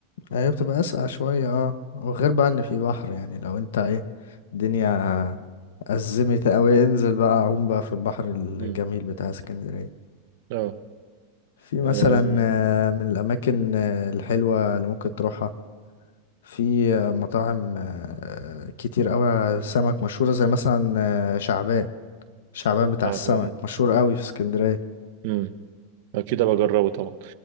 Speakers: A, on the left (about 80°); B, on the right (about 60°).
A: هي بتبقى أسقع شوية اه وغير بقى ان في بحر يعني لو انت ايه الدنيا أزمت أوي انزل بقى عوم بقى في البحر الجميل
B: امم
A: بتاع اسكندرية
B: اه
A: في مثلا
B: آه،
A: آه، من الأماكن آه، الحلوة اللي ممكن تروحها في آه، مطاعم آه، كتير أوي سمك مشهورة زي مثلا آه، شعبان شعبان بتاع
B: تعبان
A: السمك مشهور أوي في اسكندرية
B: امم اكيد ابقى اجربه طبعا